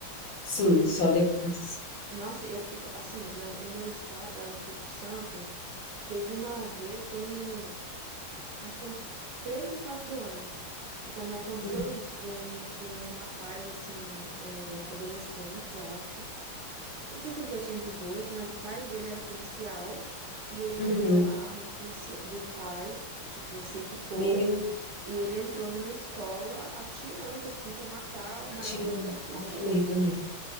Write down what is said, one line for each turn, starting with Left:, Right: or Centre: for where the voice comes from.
Left: Sim,
Right: E,
Left: só depois.
Right: nossa, eu fico, assim, no, no meu estado, lá no Espírito Santo, teve uma vez, tem um, acho que tem uns três ou quatro anos, que também aconteceu
Left: Uhum.
Right: isso, de um, de um rapaz, assim, é, adolescente, eu acho, Eu não sei se ele já tinha 18, mas o pai dele era policial e ele
Left: Uhum.
Right: pegou a arma do, policia do pai, e, tipo, se equipou
Left: Meio
Right: e ele entrou numa escola atirando, assim, pra matar a maior
Left: atirando.
Right: quantidade de pessoas
Left: Ai, que medo,
Right: que...
Left: né?